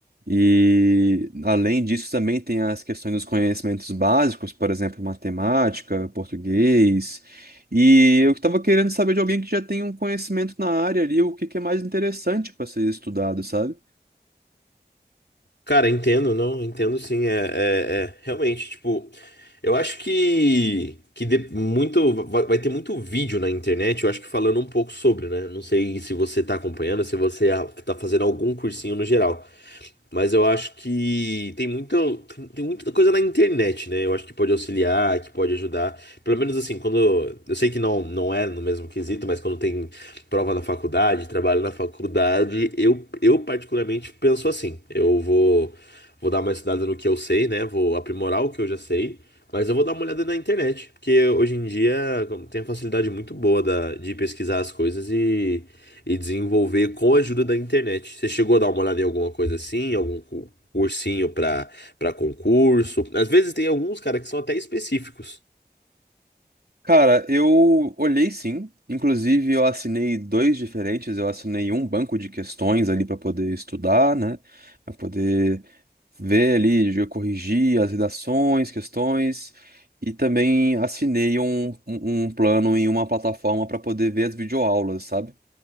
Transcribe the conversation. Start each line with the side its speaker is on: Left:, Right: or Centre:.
Right: E além disso também tem as questões dos conhecimentos básicos, por exemplo, matemática, português. E eu estava querendo saber de alguém que já tem um conhecimento na área ali, o que que é mais interessante para ser estudado, sabe?
Left: Cara, entendo, não, entendo sim, é, é, é, realmente, tipo, eu acho que, que de- muito, vai, vai ter muito vídeo na internet, eu acho que falando um pouco sobre, né, não sei se você tá acompanhando, se você ah, tá fazendo algum cursinho no geral, mas eu acho que tem muito, tem, tem muita coisa na internet, né, eu acho que pode auxiliar, que pode ajudar, pelo menos assim, quando, eu sei que não, não é no mesmo quesito, mas quando tem prova na faculdade, trabalho na faculdade, eu, eu particularmente penso assim. Eu vou, vou dar uma estudada no que eu sei, né? Vou aprimorar o que eu já sei, mas eu vou dar uma olhada na internet, porque hoje em dia como, tem a facilidade muito boa da, de pesquisar as coisas e, e desenvolver com a ajuda da internet. Você chegou a dar uma olhada em alguma coisa assim, algum cu- cursinho para para concurso? Às vezes tem alguns, cara, que são até específicos,
Right: Cara, eu olhei sim. Inclusive, eu assinei dois diferentes. Eu assinei um banco de questões ali para poder estudar, né? Para poder ver ali, eu corrigir as redações, questões. E também assinei um, um, um plano em uma plataforma para poder ver as videoaulas, sabe?